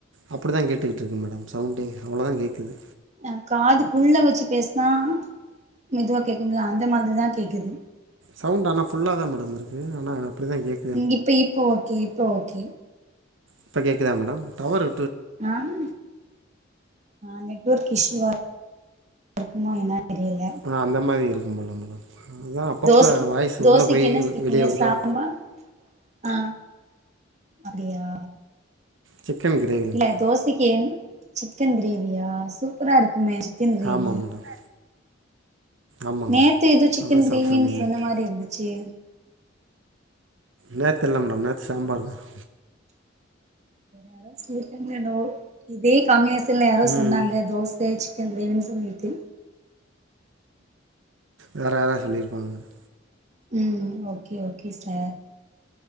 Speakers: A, on the right; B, on the right.
A: அப்புடி தா கேட்டுக்கிட்டருக்கு மேடம் சவுண்டே அவ்ளோதா கேக்குது
B: அ காதுக்குள்ள வெச்சு பேஸ்னா மெதுவா கேக்குமுல்ல அந்த மாதிரி தா கேக்குது
A: சவுண்ட ஆனா ஃபுல்லா தா மேடம் இருக்கு ஆனா அப்டிதா கேக்
B: இங் இப் இப்ப ஓகே இப்ப ஓக்கே
A: இப்ப கேக்குதா மேடம் டவரு
B: ஆ ஹ் அ நெட்வொர்க் இஸ்யூவா இருக்குமோ என்னா தெரியல
A: ம் அந்த மாதிரி இருக்கும் போல மேடம் அதுதா அப்பப்ப
B: தோசைக்கு
A: வாய்ஸு
B: தோசைக்கு
A: உள்ளே போயி
B: என்ன செஞ்சீங்க
A: வெளியே வருதோ
B: சாம்பார் ஆ அப்டியா
A: சிக்கன் கிரேவி
B: இல்ல
A: மேடம்.
B: தோசைக்கு என் சிக்கன் கிரேவியா சூப்பரா இருக்குமே சிக்கன் கிரேவி
A: ஆமாம் மேடம் ஆமாம்
B: நேத்து
A: மேடம்
B: எதோ சிக்கன்
A: அதான்
B: கிரேவின்னு
A: சாப்பிட்டேன் நேத்து
B: சொன்ன மாரி இருந்துச்சே
A: நேத்து இல்லா மேடம் நேத்து சாம்பாரு தா
B: யாரோ சொல்லிருக்காங்களோ என்னவோ இதே காம்பினேஷன்ல யாரோ
A: ம்
B: சொன்னாங்க தோஸ் ச சிக்கன் கிரேவின் சொல்லிட்டு
A: வேற யாராது சொல்லியிருப்பாங்க மேடம்
B: ம் ஓகே ஓகே சார்